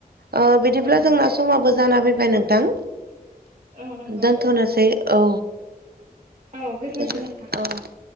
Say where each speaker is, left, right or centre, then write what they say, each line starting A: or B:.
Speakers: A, on the right (about 80°); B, on the right (about 50°).
A: ओ बिदिब्ला
B: औ
A: जोङो समाबो जाना फैबाय नोंथां
B: औ नंगौ
A: दोनथ'नोसै
B: नोंथां
A: औ
B: औ गोजोन्थों
A: <inaudible>
B: नोंथां
A: औ